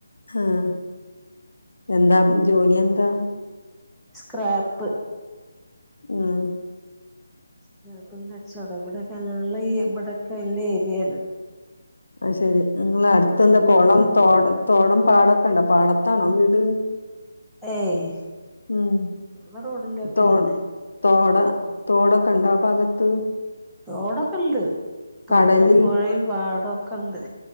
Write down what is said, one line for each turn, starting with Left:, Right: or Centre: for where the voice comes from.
Left: ആഹ്എന്താ ജോലിയെന്താ
Centre: സ്ക്രാപ്പ്
Left: ഉം
Centre: സ്ക്രാപ്പ കച്ചോട ഇവിടെക്കെ ഞങ്ങള് ഈ ഇവിടെക്കെ വല്ല്യ ഏരിയേല്
Left: അ ശെരി നിങ്ങള് അടുത്ത്ന്താ
Centre: ഫുള്ള്
Left: കുളം തോട തോടം പാടൊക്കെ ഇണ്ട പാടത്താണോ വീട്
Centre: ഏയ്
Left: ഉം
Centre: ഞങ്ങളെ റോഡിന്റെ വക്കിലന്നെ
Left: തോടു തോട തോടൊക്കെ ഉണ്ട ആ ഭാഗത്ത്
Centre: തോടൊക്കെ ഉണ്ട് തോടും
Left: കടല്
Centre: പുഴയും പാടൊക്കെ ഉണ്ട്